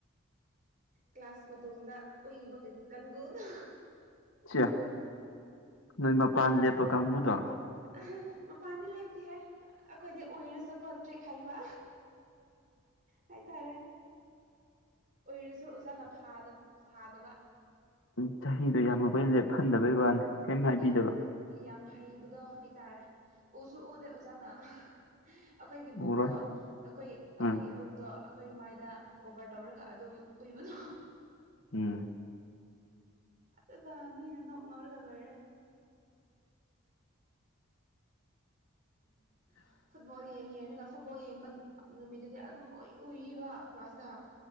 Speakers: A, on the right; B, on the left.
A: ꯀ꯭ꯂꯥꯁ ꯃꯇꯨꯡꯗ ꯎꯏꯕꯒꯤ ꯀꯥꯡꯒꯨꯗꯨ
B: ꯁꯤꯌꯥ ꯅꯣꯏ ꯃꯄꯥꯟ ꯂꯦꯞꯄ ꯀꯥꯡꯕꯨꯗꯣ
A: ꯑ ꯃꯄꯥꯟꯗꯤ ꯂꯦꯞꯇꯤꯍꯦ ꯑꯩꯈꯣꯏꯗꯤ ꯎꯏꯔꯁꯨꯀꯣ ꯇ꯭ꯔꯤꯛ ꯍꯩꯕ ꯍꯥꯏ ꯇꯥꯔꯦ ꯍꯧꯖꯤꯛꯁꯨ ꯑꯣꯖꯥꯅ ꯐꯥꯗꯕ
B: ꯎ ꯆꯍꯤꯗꯣ ꯌꯥꯝꯈꯣꯏ ꯂꯦꯞꯍꯟꯗꯕꯩ ꯋꯥꯅꯤ ꯀꯩꯝ ꯍꯥꯏꯕꯤꯗꯕ
A: ꯌꯥꯝ ꯌꯥꯝ ꯍꯩꯕꯗꯣ ꯍꯩꯇꯥꯔꯦ ꯎꯁꯨ ꯎꯗꯦ ꯑꯣꯖꯥꯅ ꯑꯩꯈꯣꯏꯒꯤ
B: ꯎꯔꯣꯏ
A: ꯕꯨꯛꯇꯣ ꯑꯩꯈꯣꯏ ꯑꯩꯈꯣꯏꯒꯤ
B: ꯎꯝ
A: ꯕꯨꯛꯇꯣ ꯑꯩꯈꯣꯏ ꯃꯥꯏꯗ ꯀꯣꯕꯔ ꯇꯧꯔꯒ ꯑꯗꯨꯝ ꯎꯏꯕꯗꯣ
B: ꯎꯝ
A: ꯑꯗꯨꯒ ꯃꯤꯅ ꯅꯣꯛ ꯅꯧꯔꯒ ꯂꯣꯏꯔꯦ <inaudible> ꯕꯣꯜ ꯌꯦꯡꯉꯤ ꯑꯅ ꯐꯨꯠꯕꯣꯜ ꯌꯦꯡꯕ ꯅꯨꯃꯤꯠꯇꯨꯗꯤ ꯑꯗꯨꯝ ꯎꯏ ꯎꯏꯕ ꯀ꯭ꯂꯥꯁꯇ